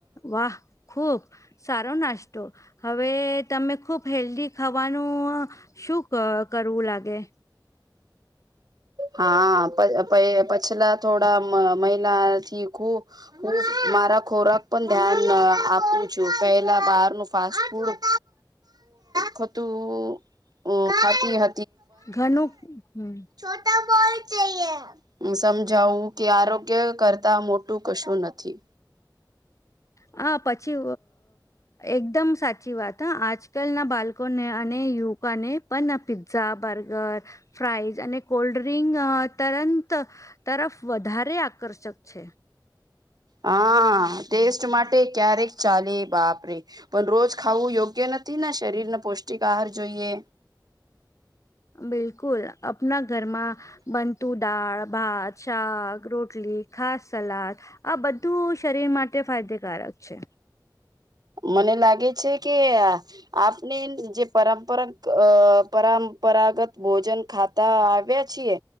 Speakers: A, on the left (about 45°); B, on the right (about 60°).
A: વાહ ખુબ સારો નાસ્તો હવે તમે ખુબ હેલ્ધી ખાવાનું શું કરવું લાગે
B: હા પ પ પછલા થોડા મહિલાથી ખુ હ મારા ખોરાક પણ ધ્યાન આપું છું પહેલા બહાર ન ફાસ્ટ ફૂડ ખોટું હ
A: ઘનુંું હમ
B: છોટા બળ ચએ સમજાવું કે આરોગ્ય કરતા મોટું કશું નથી
A: <inaudible> પછી એકદમ સાચી વાત હા આજકાલના બાળકોને અને યુવકોને પણ પિઝઝા, બર્ગર, ફ્રાઈઝ અને કોલ્ડ્રિંક તરંત તરફ વધારે આકર્ષક છે
B: હા ટેસ્ટ માટે ક્યારેક ચાલે, બાપરે પણ રોજ ખાવું યોગ્ય નથી ને શરીરને પૌષ્ટિક આહાર જોઈએ
A: બિલકુલ, અપના ઘરમાં બનતુ દાળ, ભાત, શાક, રોટલી, ખાસ સલાદ આ બધું શરીર માટે ફાયદેકારક છે
B: મને લાગે છે કે આ આપને જે પરંપરા <inaudible> પરંપરાગત ભોજન ખાતા આવ્યા છીએ